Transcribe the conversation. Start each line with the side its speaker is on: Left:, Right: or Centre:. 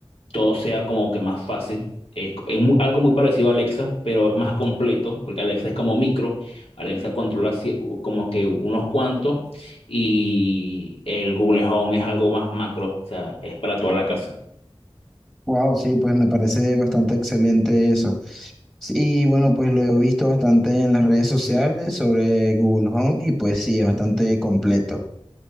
Left: todo sea como que más fácil. Es, es mu- algo muy parecido a Alexa, pero es más completo, porque Alexa es como micro. Alexa controla cie- como que unos cuantos y el Google Home es algo más macro, o sea, es para toda la casa.
Centre: Wow, sí, pues me parece bastante excelente eso. Sí, Y bueno, pues lo he visto bastante en las redes sociales sobre Google Home y pues sí, es bastante completo.